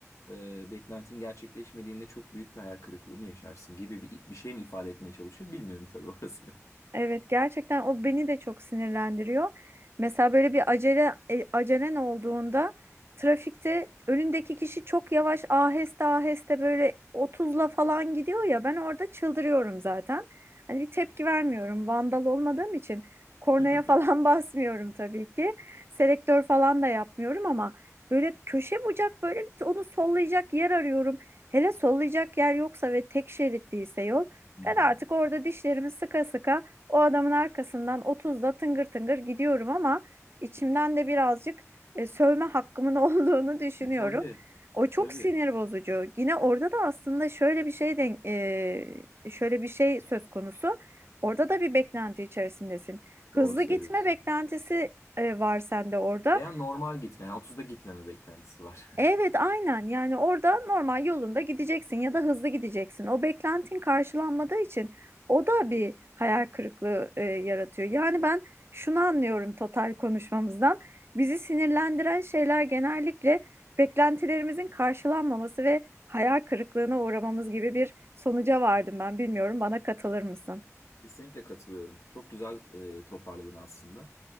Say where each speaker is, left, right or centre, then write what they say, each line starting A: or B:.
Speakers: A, on the left (about 70°); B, on the right (about 50°).
A: E, beklentin gerçekleşmediğinde çok büyük bir hayal kırıklığı mı yaşarsın gibi bir, bir şey mi ifade etmeye çalışıyor? Bilmiyorum tabii orasını.
B: Evet gerçekten o beni de çok sinirlendiriyor. Mesela böyle bir acele e, acelen olduğunda trafikte önündeki kişi çok yavaş aheste aheste böyle otuzla falan gidiyor ya ben orada çıldırıyorum zaten. Hani bir tepki vermiyorum. Vandal olmadığım için kornaya
A: <laughs>
B: falan <laughs> basmıyorum tabii ki. Selektör falan da yapmıyorum ama böyle köşe bucak böyle bir- onu sollayacak yer arıyorum. Hele sollayacak yer yoksa ve tek şerit değilse yol
A: Hmm.
B: ben artık orada dişlerimi sıka sıka o adamın arkasından 30'da tıngır tıngır gidiyorum ama içimden de birazcık e, sövme hakkımın <laughs> olduğunu düşünüyorum.
A: E tabii.
B: O çok
A: E tabii.
B: sinir bozucu. Yine orada da aslında şöyle bir şey denk, e, şöyle bir şey söz konusu. Orada da bir beklenti içerisindesin. Hızlı
A: Doğru söylüyorsun.
B: gitme beklentisi e, var sende orada.
A: Veya normal gitme. Yani 30'da gitmeme beklentisi var.
B: Evet
A: <laughs>
B: aynen yani orada normal yolunda gideceksin ya da hızlı gideceksin. O beklentin karşılanmadığı için o da bir hayal kırıklığı e, yaratıyor. Yani ben şunu anlıyorum total konuşmamızdan. Bizi sinirlendiren şeyler genellikle beklentilerimizin karşılanmaması ve hayal kırıklığına uğramamız gibi bir sonuca vardım ben. Bilmiyorum bana katılır mısın?
A: Kesinlikle katılıyorum. Çok güzel e, toparladın aslında.